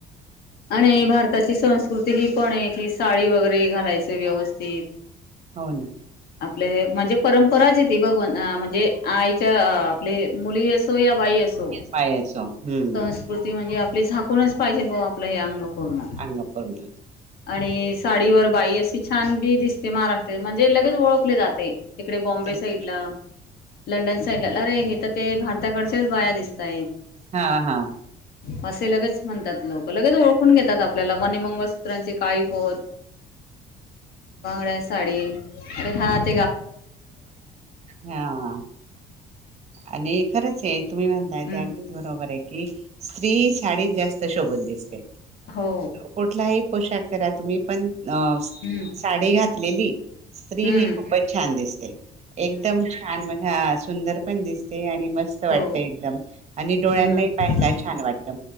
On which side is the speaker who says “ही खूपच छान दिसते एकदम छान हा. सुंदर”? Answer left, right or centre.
Right